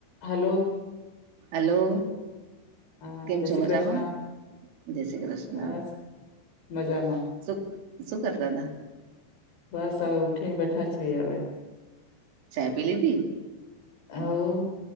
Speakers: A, on the left; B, on the right.
A: હલો
B: હલો
A: હા
B: કેમ
A: જય
B: છો
A: શ્રી
B: મજામાં
A: કૃષ્ણ
B: જય શ્રી કૃષ્ણ.
A: બસ મજામાં
B: સુું સુું કર તાતા.
A: બસ હવે ઊઠીને બેઠા છીએ હવે.
B: ચાય પી લીધી?
A: હવ